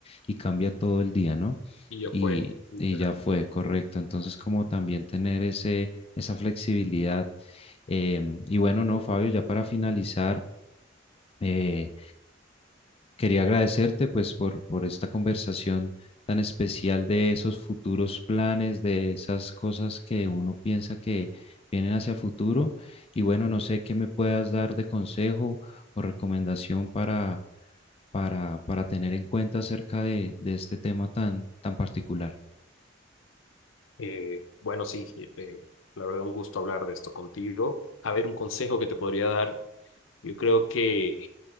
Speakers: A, on the left; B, on the left.
A: y cambia todo el día, ¿no?
B: Y ya
A: Y,
B: fue. literal.
A: y ya fue, correcto. Entonces, como también tener ese, esa flexibilidad. em, y bueno, no, Fabio, ya para finalizar. eh, Quería agradecerte pues por, por esta conversación tan especial de esos futuros planes, de esas cosas que uno piensa que vienen hacia futuro. Y bueno, no sé qué me puedas dar de consejo o recomendación para, para, para tener en cuenta acerca de, de este tema tan, tan particular.
B: Eh, bueno, sí, eh, la verdad un gusto hablar de esto contigo. A ver, un consejo que te podría dar. Yo creo que,